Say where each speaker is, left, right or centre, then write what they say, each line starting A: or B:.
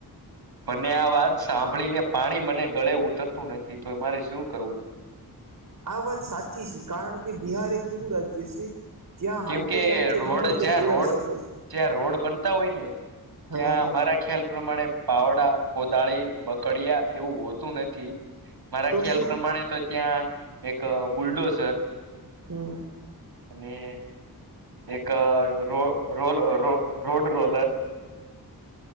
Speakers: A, on the right (about 70°); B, on the right (about 55°).
A: મને આ વાત સાંભળી ને પાણી મને ગળે ઉતરતું નથી તો મારે શું કરવું?
B: આ વાત સાચી છે કારણ કે બિહાર એ કેવું રાજ્ય છે જ્યાં
A: કેમ
B: હાલતે
A: કે
B: ચાલતે
A: રોડ,
B: ગમે તે
A: જ્યાં
B: ચોરાઈ
A: રોડ,
B: શકે છે
A: જ્યાં રોડ બનતા હોય ને
B: હા
A: ત્યાં મારા ખ્યાલ પ્રમાણે પાવડા કોદાળી બકડીયા એવું હોતું નથી. મારા
B: તો
A: ખ્યાલ
B: શું
A: પ્રમાણે તો ત્યાં એક બુલડોઝર
B: હમ્મ
A: અને એક રો- રોલ- રો- રો- રોડ રોલર